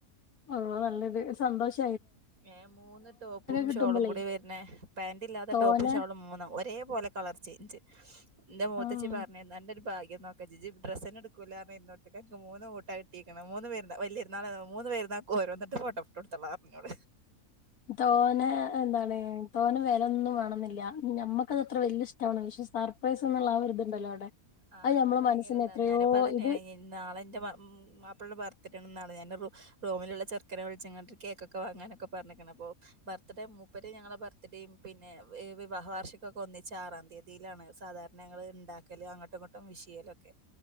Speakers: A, on the left; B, on the right.
A: ഓ നല്ലത് സന്തോഷം
B: ഏ മൂന്ന് ടോപ്പും
A: കിട്ടുമ്പളേ
B: ഷോളും കൂടി വരുന്നെ പാന്റ് ഇല്ലാത്ത
A: തോനെ
B: ടോപ്പും ഷോളും മൂന്നും ഒരേ പോലെ കളർ ചേഞ്ച് എന്റെ മൂത്തച്ചി
A: ആഹ്
B: പറഞ്ഞ അന്റെ ഒരു ഭാഗ്യം നോക്കാച്ചി ഡ്രസ്ന്നെ എടുക്കൂല്ലാന്നറിഞ്ഞിട്ട് അൻക്ക് മൂന്ന് കൂട്ടായിട്ട് ന്ന്േരന. കോര വന്നട്ട ഫോട്ടോട്ടടുോള <unintelligible> പറഞ്ഞോട്
A: തോന എന്താണ് തോന വ ഇതൊന്നും വേണമെന്നില്ല നമുക്ക് വലിയ ഇഷ്ടമാണ് പക്ഷെ സർപ്രൈസ്ന്നുള്ള ആ ഒരു ഇതുണ്ടല്ലോ അവിടെ
B: ആ അത്
A: നമ്മളെ
B: ഭയങ്കരതാ
A: മനസ്സിന് എത്രയോ
B: ഞാനിപ്പ അതന്നെ
A: ഇത്
B: നാളെ എന്റെ മാപ്പിള ബർത്ത് ടേണ് ണ് റൂമിലുള്ള ചെറുക്കനെ വിളിച്ച് ഒരു കേക്കൊക്കെ വാങ്ങാനൊക്കെ പറഞ്ഞേക്കണ് അപ്പൊ ബർത്ത്ഡേ മുപ്പ ഞങ്ങളുടെ ബർത്ത് ഡേയും പിന്നെ വിവാഹ വാർഷിക മൊക്കെ ഒന്നിച്ച് ആറാം തീയതിയിലാണ് സാധാരണ ഞങ്ങൾ ഉണ്ടാക്കല് അങ്ങട്ട് വിഷയലൊക്കെ